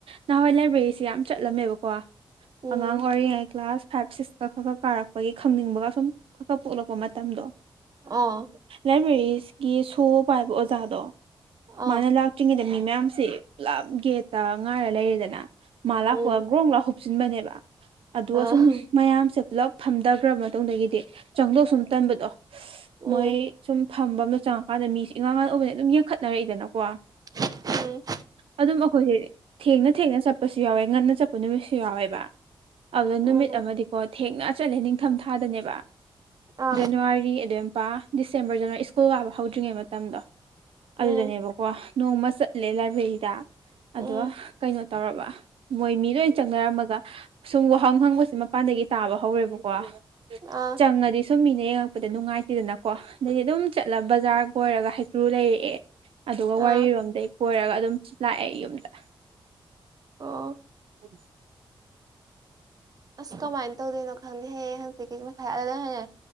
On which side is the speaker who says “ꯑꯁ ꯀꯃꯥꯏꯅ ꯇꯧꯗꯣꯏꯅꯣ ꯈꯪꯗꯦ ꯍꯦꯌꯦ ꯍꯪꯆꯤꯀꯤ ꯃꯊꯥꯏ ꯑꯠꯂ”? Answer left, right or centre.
Right